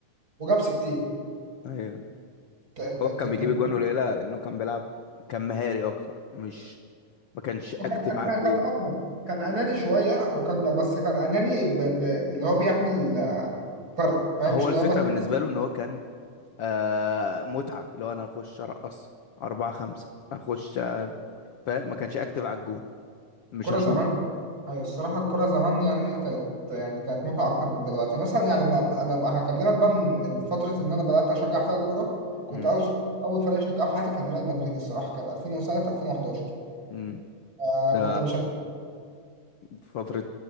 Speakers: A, on the right (about 25°); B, on the left (about 55°).
A: وجاب 60
B: ايوه
A: انت انت
B: هو
A: انت,
B: كان
A: انت
B: بيجيب
A: ممكن-
B: جوان قليلة لانه كان بيلعب كان مهاري اكتر مش ما كانش
A: وكان
B: اكتف
A: أنا
B: على الجون
A: كان اه كان اناني شويه وكان بس كان اناني ب- ب- باللي هو بيعمل فرق فاهم
B: هو
A: مش اللي
B: الفكرة
A: هو مثلا
B: بالنسبة له ان هو كان آه متعة اللي هو انا هخش ارقص اربعة خمسة اخش آه، فاهم ما كانش اكتف على الجون مش
A: كرة
B: هشوط
A: زمان أيوة الصراحة الكرة زمان يعني هي كانت يعني كانت متعة أكتر من دلوقتي مثلا يعني ما ما- أنا بقى هكلمك بقى من من فترة إن أنا بدأت أشجع فيها كورة كنت
B: امم
A: أول ش- أول فريق أشجعه في حياتي كان ريال مدريد الصراحة كانت 2007 2011
B: امم
A: آه
B: ده
A: كنت بشجع
B: فترة